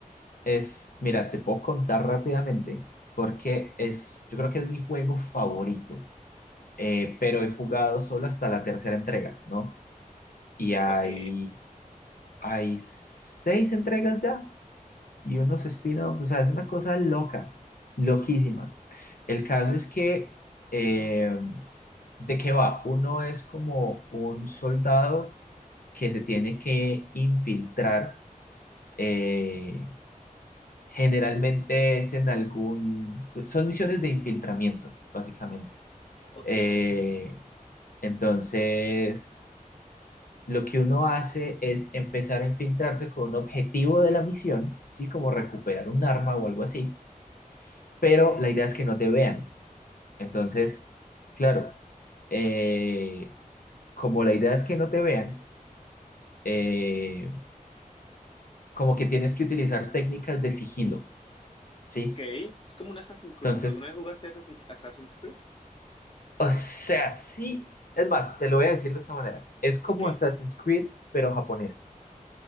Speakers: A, on the left; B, on the left.
A: es, mira, te puedo contar rápidamente porque es, yo creo que es mi juego favorito, eh, pero he jugado solo hasta la tercera entrega, ¿no? Y hay,
B: Ok,
A: hay seis entregas ya, y unos spin-offs, o sea, es una cosa loca, loquísima. El caso es que, eh, ¿de qué va? Uno es como un soldado que se tiene que infiltrar, eh, generalmente es en algún, son misiones de infiltramiento, básicamente.
B: ok,
A: Eh, entonces, lo que uno hace es empezar a infiltrarse con un objetivo de la misión, ¿sí? Como recuperar un arma o algo así pero la idea es que no te vean. Entonces, claro, eh, como la idea es que no te vean, eh, como que tienes que utilizar técnicas de sigilo, ¿sí?
B: ok. Es como un Assassin's Creed.
A: Entonces,
B: ¿Alguna vez jugaste Assassin- Assassin's Creed?
A: o sea, sí, es más, te lo voy a decir de esta manera, es como
B: Ok.
A: Assassin's Creed, pero japonés,